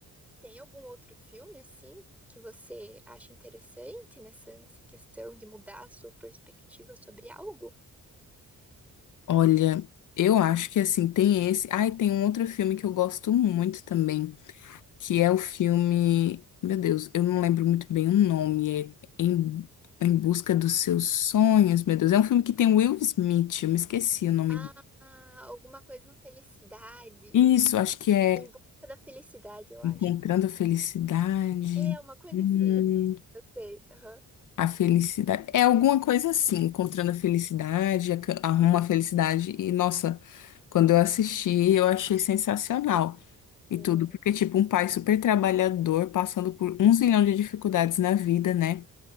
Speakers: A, in the centre; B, on the left (about 65°).
A: tem algum outro filme, assim, que você acha interessante nessa, nessa questão de mudar a sua perspectiva sobre algo?
B: Olha, eu acho que assim, tem esse. Ai, tem um outro filme que eu gosto muito também. que é o filme. Meu Deus, eu não lembro muito bem o nome. É Em, em Busca dos Seus Sonhos, meu Deus. É um filme que tem Will Smith, eu me esqueci o nome
A: Ah,
B: dele.
A: alguma coisa na felicidade.
B: Isso, acho que é
A: Em busca da felicidade, eu
B: Encontrando
A: acho.
B: a Felicidade.
A: É, uma coisa
B: Hum,
A: assim. Eu sei. Aham.
B: a felicidade. É alguma coisa assim, Encontrando a Felicidade, a ca- Arruma a Felicidade. E, nossa, quando eu assisti, eu achei sensacional. E
A: Sim.
B: tudo, porque, tipo, um pai super trabalhador, passando por um zilhão de dificuldades na vida, né?